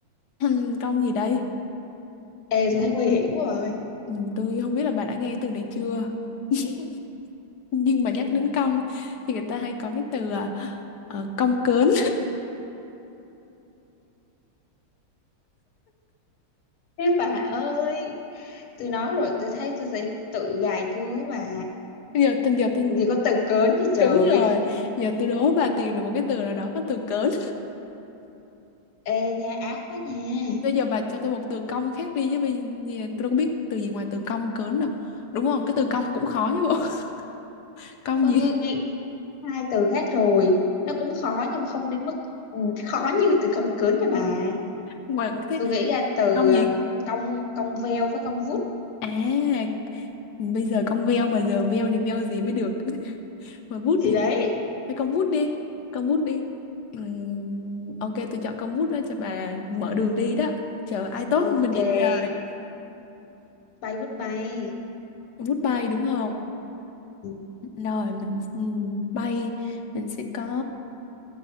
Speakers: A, on the left (about 60°); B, on the left (about 85°).
A: Ừm, công gì đây
B: ê tôi thấy nguy hiểm quá bà ơi
A: ừ, tôi không biết là bà đã nghe từ này chưa <laughs> nhưng mà nhắc đến công thì người ta hay có cái từ à, ờ, cong cớn
B: Thế <laughs> bà ơi, tôi nói rồi, tôi thấy tôi sẽ tự gài tôi mà.
A: <laughs> bây giờ tình giờ tôi
B: Làm gì có từ cớn gì trời.
A: đúng rồi giờ tôi đố bà tìm được một cái từ nào đó có từ cớn
B: Ê nha, ác quá nha.
A: Bây giờ bà cho tôi một từ cong khác đi chứ bây giờ tôi đâu có biết từ gì ngoài từ cong cớn đâu. Đúng không? Cái từ cong cũng khó chứ bộ. <laughs> Cong
B: Con
A: gì?
B: tôi nghĩ hai từ khác rồi nó cũng khó nhưng mà không đến mức ừ, khó như từ cong cớn nha bà
A: Ngoài cái
B: tôi nghĩ ra từ
A: cong
B: ờ,
A: gì?
B: cong cong veo với cong vút
A: À, bây giờ cong veo mà giờ veo thì veo gì mới được. <laughs> Mà bút
B: thì
A: thì
B: đấy
A: hay cong bút đi. Cong bút đi. Ừm, ok tôi chọn cong bút đó cho bà mở đường đi đó. Chờ ai tốt
B: ok
A: mình vậy chờ.
B: bay vút bay
A: Bút bay đúng không?
B: Ừ.
A: Rồi mình ừm, bay mình sẽ có